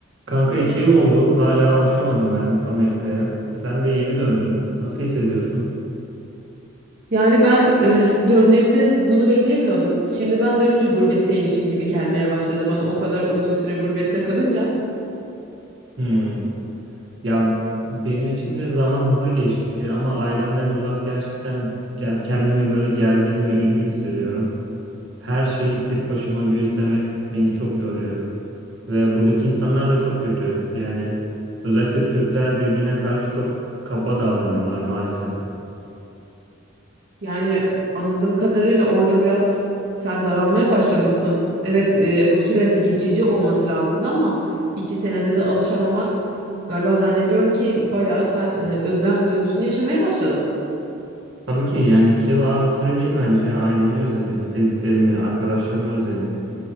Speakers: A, on the right; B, on the right.
A: Kanka iki yıl oldu. Hala alışamadım ben Amerika'ya. Sen de yeni döndün. Nasıl hissediyorsun?
B: Yani ben eh, döndüğümde bunu beklemiyordum. Şimdi ben dönünce gurbetteymişim gibi gelmeye başladı bana o kadar uzun süre gurbette kalınca.
A: Hmm. Ya benim için de zaman hızlı geçti ama ailemden uzak gerçekten ke- kendimi böyle gergin ve üzgün hissediyorum. Her şeyi tek başıma göğüslemek beni çok yoruyor. Ve buradaki insanlar da çok kötü. Yani özellikle Türkler birbirine karşı çok kaba davranıyorlar maalesef.
B: Yani anladığım kadarıyla orada biraz sen daralmaya başlamışsın. Evet eh, bu süre bir geçici olması lazımdı ama iki senede de alışamamak galiba zannediyorum ki bayağı sen eh, özlem duygusunu yaşamaya başladın.
A: Tabii ki yani iki yıl az bir süre değil bence. Ailemi özledim, sevdiklerimi, arkadaşlarımı özledim.